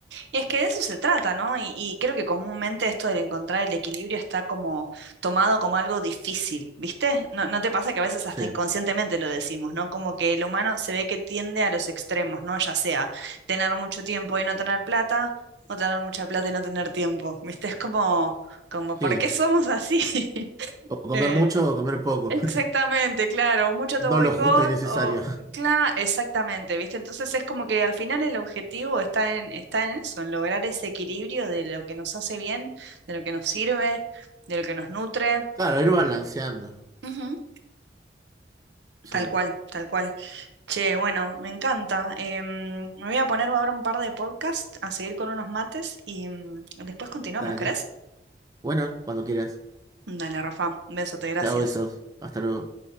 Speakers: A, on the right (about 80°); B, on the right (about 20°).
A: Es que de eso se trata, ¿no? Y, y creo que comúnmente esto del encontrar el equilibrio está como tomado como algo difícil, ¿viste? ¿No, no te pasa que a veces hasta
B: Sí,
A: inconscientemente lo decimos, ¿no? Como que el humano se ve que tiende a los extremos, ¿no? Ya sea tener mucho tiempo y no tener plata, o tener mucha plata y no tener tiempo, ¿viste? Es como, como, ¿por
B: sí.
A: qué somos así? <laughs>
B: O comer
A: Eh,
B: mucho o comer poco.
A: Exactamente,
B: <laughs>
A: claro, mucho autoboicot
B: No lo justo y necesario.
A: o
B: <laughs>
A: claro, exactamente, ¿viste? Entonces es como que al final el objetivo está en está en eso, en lograr ese equilibrio de lo que nos hace bien, de lo que nos sirve, de lo que nos nutre.
B: Claro, ir balanceando.
A: Ujú,
B: Sí,
A: Tal cual, tal cual. Che, bueno, me encanta. Em, me voy a poner ahora un par de podcasts a seguir con unos mates y mm, después continuamos,
B: dale.
A: ¿crees?
B: Bueno, cuando quieras.
A: Dale, Rafa, besote, gracias.
B: Chao, besos. Hasta luego.